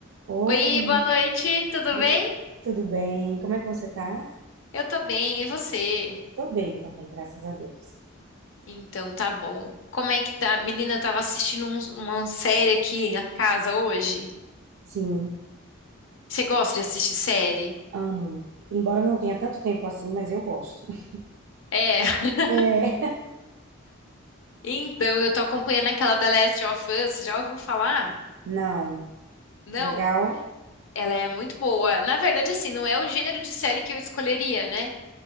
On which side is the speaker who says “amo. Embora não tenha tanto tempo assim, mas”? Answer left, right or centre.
Right